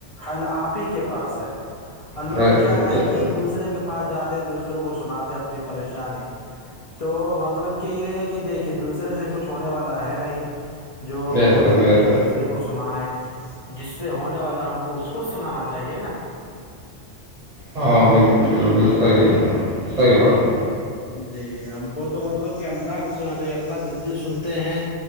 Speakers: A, on the left; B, on the right.
A: حل آف ہی کے پاس ہے اور
B: بے
A: لوگ
B: شک
A: کیا
B: بے
A: ہے
B: شک
A: کہ دوسرے کے پاس جاتے ہیں دوسروں کو سناتے ہیں اپنی پریشانی تو مطلب کہ یہ ہے کہ دیکھے کہ دوسرے سے کچھ ہونے والا ہے نہیں جو
B: بے
A: مطلب
B: شک بے
A: کہ ہم
B: شک
A: دوسرے کو سنیں جس سے ہونے والا ہم کو اس کو سنانا چاہیے نا
B: ہاں بالکل بالکل صحیح ہے صحی باتہ
A: جی ہمکو تو مطالب الله کو سنا نا چائے